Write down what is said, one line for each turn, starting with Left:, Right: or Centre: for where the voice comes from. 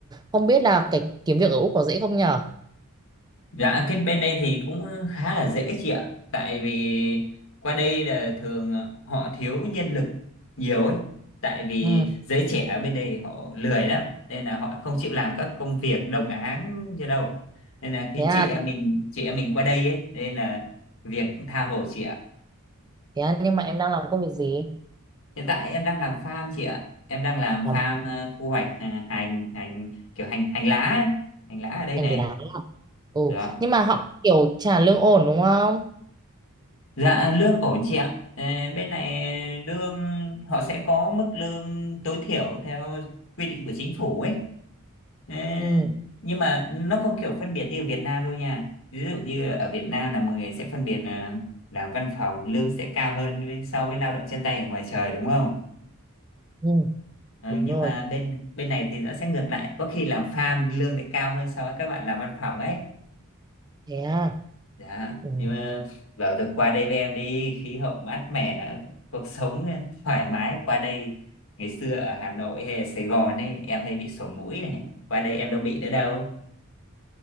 Right: không biết là cái kiếm việc ở Úc có dễ không nhở?
Left: Dạ, cái bên đây thì cũng khá là dễ chị ạ. Tại vì qua đây là thường họ thiếu nhân lực nhiều ấy. Tại vì
Right: Ừ.
Left: giới trẻ ở bên đây họ lười lắm. Nên là họ không chịu làm các công việc đồng áng như đâu. Nên là khi
Right: Thế à,
Left: chị em mình chị em mình qua đây ấy. Nên là việc cũng tha hồ chị ạ.
Right: thế à, nhưng mà em đang làm công việc gì?
Left: Hiện tại em đang làm farm chị ạ. Em đang làm
Right: Làm
Left: farm ờ, thu hoạch hà- hành, hành kiểu hành hành lá ấy. Hành lá ở đây
Right: hành
Left: này.
Right: lá ừ.
Left: Dạ.
Right: nhưng mà họ kiểu trả lương ổn đúng không
Left: Dạ lương ổn chị ạ. Ờ, Bên này lương họ sẽ có mức lương tối thiểu theo quy định của chính phủ ấy. Ờ,
Right: ừ.
Left: Nhưng mà nó không kiểu phân biệt như ở Việt Nam đâu nha. Ví dụ như ở Việt Nam là mọi người sẽ phân biệt là làm văn phòng lương sẽ cao hơn với- so với lao động chân tay ở ngoài trời đúng không?
Right: ừ.
Left: Ờ,
Right: đúng
Left: nhưng
Right: rồi
Left: mà bên bên này thì nó sẽ ngược lại, có khi làm farm lương lại cao hơn so với các bạn làm văn phòng ấy.
Right: thế à
Left: Dạ,
Right: ừ.
Left: nhưng mà bảo được qua đây với em đi, khí hậu mát mẻ, cuộc sống thoải mái qua đây. Ngày xưa ở Hà Nội hay ở Sài Gòn ấy, em hay bị sổ mũi này, qua đây em đâu bị nữa đâu.